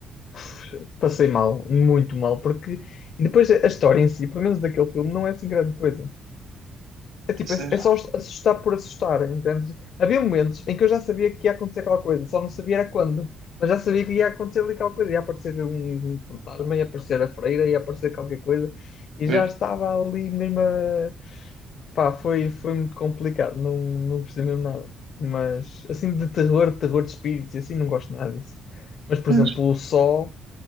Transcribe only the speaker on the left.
puf, passei mal, muito mal, porque. E depois a a história em si, pelo menos daquele filme, não é assim grande coisa. É tipo,
é,
é só assustar por assustar, entende? Havia momentos em que eu já sabia que ia acontecer aquela coisa, só não sabia era quando, mas já sabia que ia acontecer ali aquela coisa, ia aparecer um um fantasma, ia aparecer a freira, ia aparecer qualquer coisa, e
já estava ali mesmo a... Pá, foi, foi muito complicado, não, não gostei mesmo nada. Mas, assim, de terror, terror de espíritos, e assim, não gosto nada disso. Mas, por
exemplo, o Sol,